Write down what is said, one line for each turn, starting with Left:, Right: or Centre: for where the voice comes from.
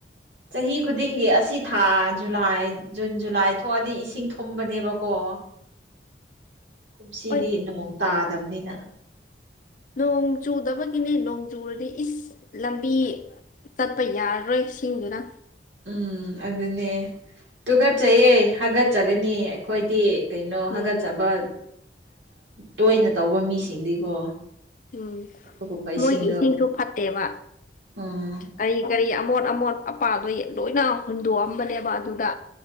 Right: ꯆꯍꯤ ꯈꯨꯗꯤꯡꯒꯤ ꯑꯁꯤ ꯊꯥ ꯖꯨꯂꯥꯏ ꯖꯨꯟ ꯖꯨꯂꯥꯏ ꯊꯣꯛꯑꯗꯤ ꯏꯁꯤꯡ ꯊꯨꯝꯕꯅꯦꯕꯀꯣ ꯀꯨꯝꯁꯤꯗꯤ
Left: ꯍꯣꯏ
Right: ꯅꯣꯡ ꯇꯥꯗꯕꯅꯤꯅ
Left: ꯅꯣꯡ ꯆꯨꯗꯕꯒꯤꯅꯦ ꯅꯣꯡ ꯆꯨꯔꯗꯤ ꯏꯁ ꯂꯝꯕꯤ ꯆꯠꯄ ꯌꯥꯔꯔꯣꯏ ꯁꯤꯡꯗꯨꯅ
Right: ꯎꯝ ꯑꯗꯨꯅꯦ ꯇꯨꯀꯠꯆꯌꯦꯦ ꯍꯥꯒꯠꯆꯒꯅꯤ ꯑꯩꯈꯣꯏꯗꯤ ꯀꯩꯅꯣ ꯍꯥꯒꯠꯆꯕ
Left: ꯎꯝ
Right: ꯇꯣꯏꯅ ꯇꯧꯕ ꯃꯤꯁꯤꯡꯗꯤꯀꯣ
Left: ꯎꯝ
Right: ꯑꯗꯨꯒꯨꯝꯕ
Left: ꯃꯣꯏꯒꯤ
Right: ꯏꯁꯤꯡꯗꯣ
Left: ꯏꯁꯤꯡꯁꯨ ꯐꯠꯇꯦꯕ
Right: ꯎꯝ
Left: ꯀꯔꯤ ꯀꯔꯤ ꯑꯃꯣꯠ ꯑꯃꯣꯠ ꯑꯄꯥꯗꯣ ꯂꯣꯏꯅ ꯍꯨꯟꯗꯣꯛꯑꯝꯕꯅꯦꯕ ꯑꯗꯨꯗ